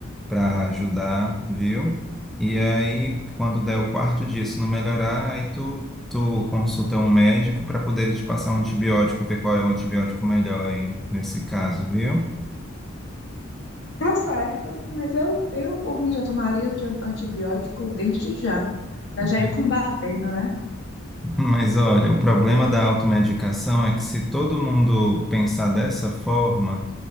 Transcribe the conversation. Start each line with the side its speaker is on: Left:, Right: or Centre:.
Centre: para ajudar, viu? E aí, quando der o quarto dia, se não melhorar, aí tu, tu consulta um médico para poder ele te passar um antibiótico, ver qual é o antibiótico melhor aí nesse caso, viu?
Left: Tá certo, mas eu, eu por mim já tomaria de- antibiótico desde já, pra
Centre: <laughs>
Left: já ir combatendo, né?
Centre: Mas olha, o problema da automedicação é que se todo mundo pensar dessa forma,